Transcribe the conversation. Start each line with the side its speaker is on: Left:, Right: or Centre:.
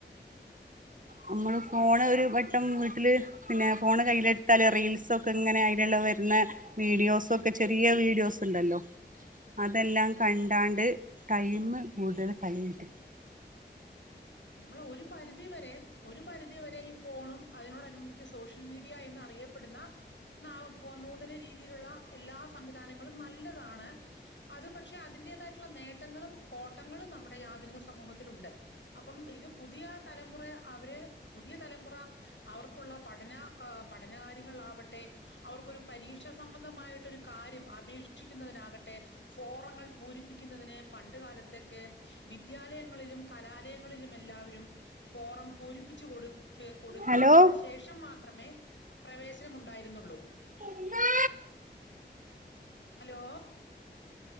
Right: നമ്മള് ഫോണ് ഒരു വട്ടം വീട്ടില് പിന്നെ ഫോൺ കയ്യിലെടുത്താൽ റീൽസൊക്കെ ഇങ്ങനെ, അതിലുള്ള വരുന്ന വീഡിയോസൊക്കെ ചെറിയ വീഡിയോസ് ഉണ്ടല്ലോ അതെല്ലാം കണ്ട്. <unintelligible> ടൈം കൂടുതൽ കളയുന്നിണ്ട്.
Left: നമ്മൾ ഒരു പരിധി വരെ ഒരു പരിധി വരെ ഈ ഫോണും, അതിനോട്നുബന്ധിച്ച് സോഷ്യൽ മീഡിയ എന്ന് അറിയപ്പെടുന്ന ന നൂതന രീതിയിലുള്ള എല്ലാ സംവിധാനങ്ങളും നല്ലതാണ്, അത് പക്ഷെ അതിന്റതായിട്ട്. <unintelligible> നേട്ടങ്ങളും കോട്ടങ്ങളും നമ്മു ഈ ആധുനിക സമൂഹത്തിൽ ഉണ്ട്. അപ്പം ഇത് പുതിയ തലമുറ അവരെ പുതിയ തലമുറ അവർക്കുള്ള പഠന പഠനകാര്യങ്ങള ആവട്ടെ, അവർക്കൊരു പരീക്ഷ സംബന്ധമായിട്ടൊരു കാര്യം അപേക്ഷിക്കുന്നതിനാകട്ടെ, ഫോറങ്ങൾ പൂരിപ്പിക്കുന്നതിന് പണ്ട് കാലത്തൊക്കെ വിദ്യാലയങ്ങളിലും കല <unintelligible> എല്ലാവരും ഫോറം പൂരിപ്പിച്ച് കൊടു കൊടുത്ത്
Right: ഹലോ
Left: അതിനന് ശേഷം മാത്രം മാത്രമേ പ്രവേശനം ഉണ്ടായിരുന്നുള്ളൂ
Right: ഉമ്മാ
Left: ഹലോ